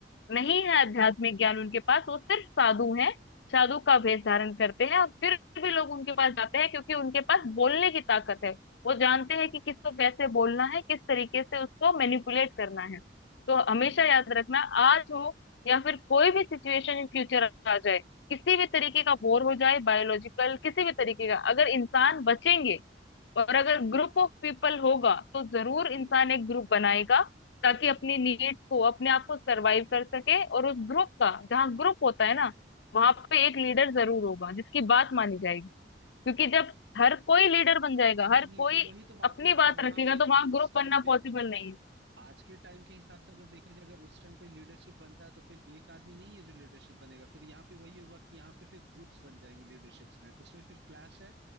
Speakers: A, on the left; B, on the right.
A: नहीं है आध्यात्मिक ज्ञान उनके पास वो सिर्फ साधु हैं साधु का वेश धारण करते हैं और फिर भी लोग उनके पास जाते हैं क्योंकि उनके पास बोलने की ताकत है वो जानते हैं कि किसको कैसे बोलना है किस तरीके से उसको मैनिपुलेट करना है तो हमेशा
B: हम्म
A: याद रखना आज हो या फिर कोई भी सिचुएशन इन फ्यूचर आ जाए किसी भी तरीके का बोर हो जाए बायोलॉजिकल किसी भी तरीके का अगर इंसान
B: हम्म,
A: बचेंगे और अगर ग्रुप ऑफ पीपल होगा तो जरूर इंसान
B: हम्म।
A: एक ग्रुप बनाएगा ताकि अपनी नीड्स को अपने आप को सरवाइव कर सके और उस ग्रुप का जहाँ ग्रुप होता है ना वहां पे एक लीडर जरूर होगा जिसकी बात मानी जाएगी क्योंकि जब हर कोई लीडर बन जाएगा
B: नहीं
A: हर कोई
B: तो वही तो बात
A: अपनी
B: है ना अगर
A: बात
B: वहां
A: रखेगा
B: पे
A: तो वहां
B: उस
A: ग्रुप
B: टाइम
A: बनना
B: पे
A: पॉसिबल नहीं है
B: आज के टाइम के हिसाब से अगर देखा जाए अगर उस टाइम कोई लीडरशिप बनता है तो फिर एक आदमी नहीं है जो लीडरशिप बनेगा फिर यहाँ पे वही होगा कि यहाँ पे फिर ग्रुप्स बन जाएंगे लीडरशिप्स में उसमें फिर क्लैश है